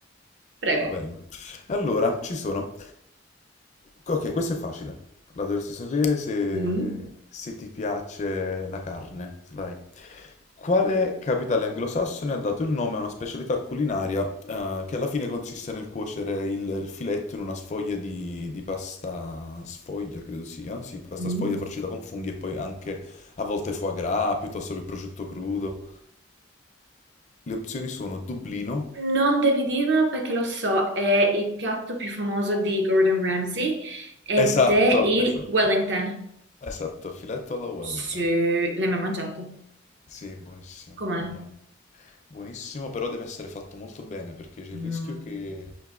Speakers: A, on the right; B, on the left.
A: prego.
B: Bello. Allora, ci sono. Ok, questo è facile. La dovresti sapere se,
A: Mm,
B: se ti piace la carne. Dai. Quale capitale anglosassone ha dato il nome a una specialità culinaria, eh, che alla fine consiste nel cuocere il, il filetto in una sfoglia di, di pasta sfoglia, credo sia. Sì, pasta
A: mm.
B: sfoglia farcita con funghi e poi anche a volte foie gras, piuttosto che prosciutto crudo. Le opzioni sono Dublino.
A: Non devi dirmelo perché lo so, è il piatto più famoso di Gordon Ramsay ed
B: Esatto,
A: è il
B: esatto.
A: Wellington.
B: Esatto, filetto alla Wellington.
A: Sì, l'hai mai mangiato?
B: Sì, buonissimo,
A: Com'è?
B: mamma mia. Buonissimo, però deve essere fatto molto bene perché c'è il
A: Mm,
B: rischio che,